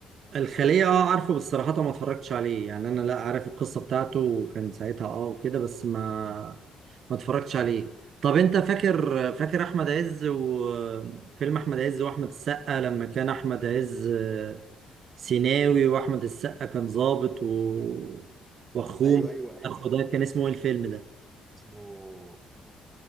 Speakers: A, on the right; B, on the right.
A: الخلية اه عارفه بس صراحة ما اتفرجتش عليه يعني انا لا عارف القصة بتاعته وكان ساعتها اه وكده بس ما ما اتفرجتش عليه طب انت فاكر فاكر احمد عز وفيلم احمد عز واحمد السقا لما كان احمد عز آه، سيناوي واحمد السقا كان ضابط و... واخوه
B: ايوه ايوه ايوه
A: اخو ده كان اسمه ايه الفيلم ده
B: اسمه